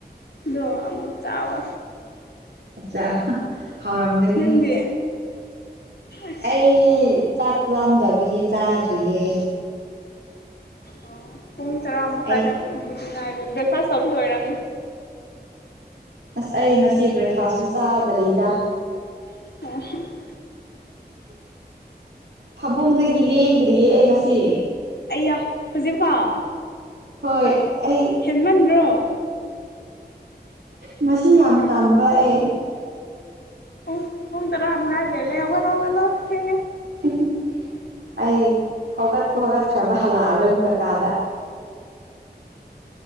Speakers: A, on the left; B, on the right.
A: ꯗꯣ ꯑꯃꯨꯛ ꯆꯥꯕ
B: ꯑꯠꯆꯥ ꯍꯥꯎꯔꯝꯒꯅꯤ
A: ꯅꯪꯗꯤ ꯑꯁ
B: ꯑꯩ ꯆꯥꯛ ꯂꯥꯝꯗꯕꯒꯤ ꯆꯥꯗ꯭ꯔꯤꯌꯦ
A: ꯑꯣ ꯄꯨꯡ ꯇꯔꯥ ꯃꯈꯥꯏꯗꯕꯨꯗꯤ
B: ꯑꯩ
A: ꯉꯥꯏꯔꯦ ꯕ꯭ꯔꯦꯛꯐꯥꯁ ꯇꯧ ꯑꯣꯏꯔꯝꯅꯤ꯫
B: ꯑꯁ ꯑꯩ ꯉꯁꯤ ꯕ꯭ꯔꯦꯛꯐꯥꯁꯁꯨ ꯆꯥꯗꯔꯤꯗ
A: <unintelligible>
B: ꯐꯥꯃꯨꯡꯗꯒꯤ ꯂꯦꯡꯗ꯭ꯔꯤꯌꯦ ꯑꯩ ꯉꯁꯤ
A: ꯑꯩꯌꯥ ꯍꯧꯖꯤꯛꯐꯎ
B: ꯍꯣꯏ ꯑꯩ
A: ꯍꯦꯟꯃꯟ꯭ꯗꯔꯣ
B: ꯉꯁꯤ ꯌꯥꯝ ꯇꯝꯕ ꯑꯩ
A: ꯄꯨꯡ ꯄꯨꯡ ꯇꯔ ꯃꯈꯥꯏ ꯍꯦꯜꯂꯦ ꯍꯧꯒꯠꯂꯣ ꯍꯧꯒꯥꯠꯂꯣ ꯊꯦꯡꯒꯦ
B: <unintelligible> ꯑꯩ ꯍꯧꯒꯠꯄ ꯍꯧꯒꯠꯈ꯭ꯔꯕ ꯍꯜꯂꯛꯑꯔꯣꯏ ꯀꯀꯥꯗ